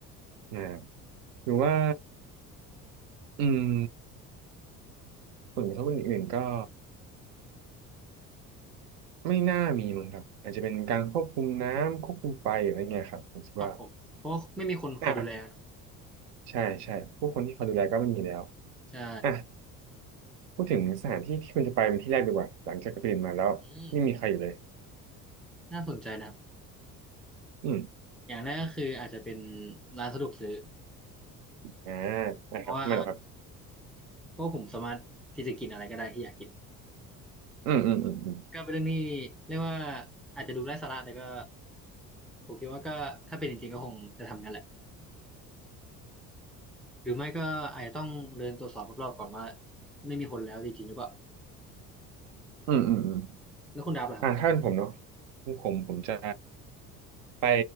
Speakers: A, on the right; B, in the centre.
A: นะหรือว่าอืมผลกระทบอื่นๆก็ไม่น่ามีมั้งครับอาจจะเป็นการควบคุมน้ำควบคุมไฟอะไรเงี้ยครับผมคิดว่า
B: ครับผมเพราะว่าไม่มีคนคอยดูแลเนาะ
A: อ่ะใช่ใช่ผู้คนที่เขาดูแลก็ไม่มีแล้ว
B: ใช่
A: อ่ะ พูดถึงสถานที่ที่คุณจะไปเป็นที่แรกดีกว่าหลังจากตื่นมาแล้วไม่มีใครอยู่เลย
B: อืมน่าสนใจนะครับ
A: อืม
B: อย่างแรกก็คืออาจจะเป็นร้านสะดวกซื้อ
A: อ่านะครับไม่หรอกครับ
B: เพราะว่า เพราะผมสามารถที่จะกินอะไรก็ได้ที่อยากกิน
A: อืมอืมอืมอืม
B: ก็เป็นเรื่องที่เรียกว่าอาจจะดูไร้สาระแต่ก็ผมคิดว่าก็ถ้าเป็นจริงๆก็คงจะทำงั้นแหละหรือไม่ก็อาจจะต้องเดินตรวจสอบรอบๆก่อนว่าไม่มีคนแล้วจริงๆหรือเปล่า
A: อืมอืมอืม
B: แล้วคุณดับล่ะครับ
A: อ่าถ้าเป็นผมเนาะผมผมจะไป